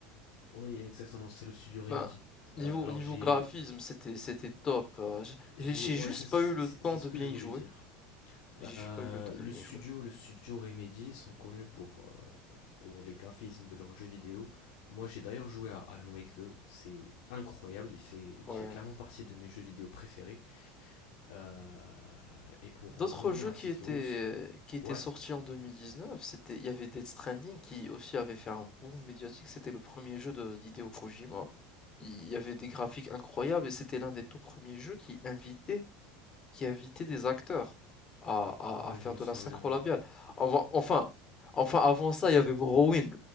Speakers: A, on the left; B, on the left.
A: oui, exactement, c'est le studio Remedy.
B: Bah, niveau
A: Euh, alors
B: niveau
A: j'ai,
B: graphisme, c'était c'était top. euh, j'-
A: j'ai,
B: J'ai j'ai
A: ouais,
B: juste
A: c'est
B: pas
A: c'est-
B: eu le temps
A: c'est ce
B: de
A: que
B: bien
A: je
B: y
A: voulais
B: jouer.
A: dire.
B: J'ai juste
A: Euh,
B: pas eu le temps
A: le
B: de bien
A: studio,
B: y jouer.
A: le studio Remedy sont connus pour, euh, pour les graphismes de leurs jeux vidéo. Moi, j'ai d'ailleurs joué à Alan Wake 2. C'est incroyable. Il fait, il
B: Ouais.
A: fait clairement partie de mes jeux vidéo préférés. Euh, et pour
B: D'autres
A: en revenir
B: jeux
A: à
B: qui
A: Sekiro,
B: étaient
A: ce-
B: qui étaient
A: ouais,
B: sortis en deux mille dix neuf c'était il y avait Death Stranding qui aussi avait fait un boom médiatique. C'était le premier jeu de d'Hideo Kojima. Il y avait des graphiques incroyables et c'était l'un des tout premiers jeux qui invitait qui invitait des acteurs à, à,
A: ouais,
B: à faire
A: je me
B: de
A: souviens,
B: la synchro labiale.
A: ouais.
B: Enfin, enfin, enfin, avant ça, il y avait Morrowind.